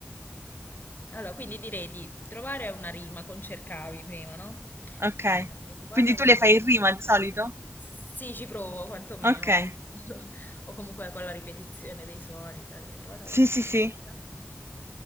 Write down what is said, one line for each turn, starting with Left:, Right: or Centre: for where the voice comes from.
Left: Allora, quindi direi di trovare una rima con cercavi prima, no?
Right: Okay.
Left: Eh, La mia trovata
Right: Quindi tu
Left: quando
Right: le fai
Left: non
Right: in
Left: mi
Right: rima
Left: cercavi.
Right: di solito?
Left: Sì, ci provo quantomeno.
Right: Okay.
Left: <laughs> O comunque con la ripetizione dei suoni, sai, mi hai trovata
Right: Sì,
Left: quando
Right: sì,
Left: non
Right: sì.
Left: mi cerca.